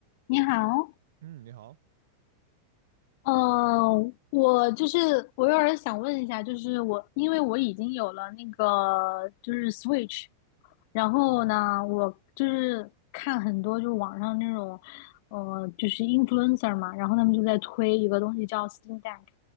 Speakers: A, on the left; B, on the right.
A: 你好，
B: 嗯，你好，
A: 呃，我就是我有点儿想问一下，就是我因为我已经有了那个就是 Switch，然后呢，
B: 啊
A: 我就是看很多就是网上那种，呃，就是 influencer 嘛，然后他们就在推一个东西叫 Steam Deck，